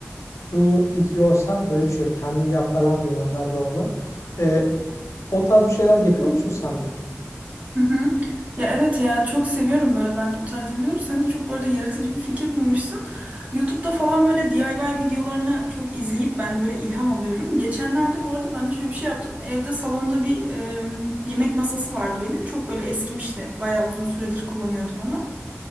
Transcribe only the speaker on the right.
Hı hı. Ya evet ya çok seviyorum böyle ben de o tarz videoları. Sen de çok bu arada yaratıcı bir fikir bulmuşsun. YouTube'da falan böyle DIY videolarını çok izleyip ben de böyle ilham alıyorum. Geçenlerde bu arada ben de şöyle bir şey yaptım. Evde salonda bir e, yemek masası vardı benim. Çok böyle eskimişti. Bayağı uzun süredir kullanıyordum onu.